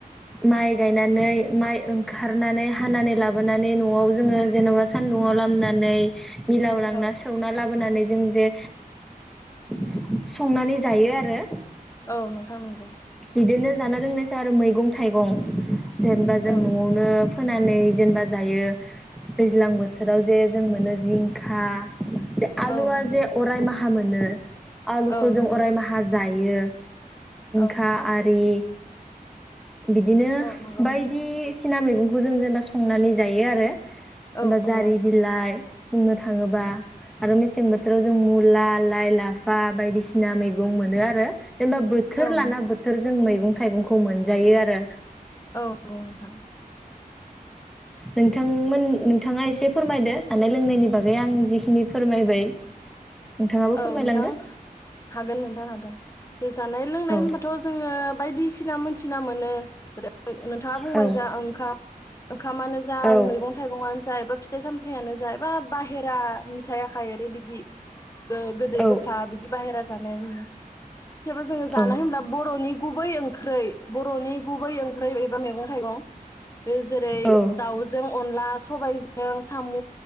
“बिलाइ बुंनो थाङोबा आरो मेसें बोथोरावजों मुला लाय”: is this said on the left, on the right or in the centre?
Centre